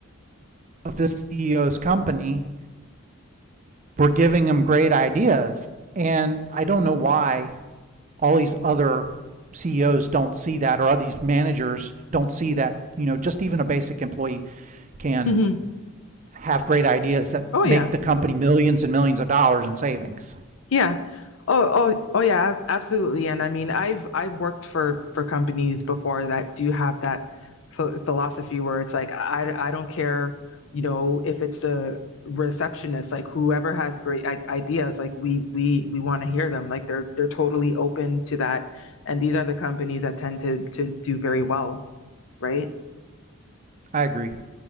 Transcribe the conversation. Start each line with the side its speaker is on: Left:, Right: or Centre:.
Right: of this CEO's company were giving them great ideas. And I don't know why all these other CEOs don't see that or all these managers don't see that, you know, just even a basic employee can
Left: hmm
Right: have great ideas that
Left: Oh
Right: make
Left: yeah.
Right: the company millions and millions of dollars in savings.
Left: Yeah. Oh oh oh yeah, ab- absolutely. And I mean, I've I've worked for for companies before that do have that ph philosophy where it's like I I don't care, you know, if it's the receptionist, like whoever has great I ideas, like we we we want to hear them. Like they're they're totally open to that. And these are the companies that tend to to do very well, right?
Right: I agree.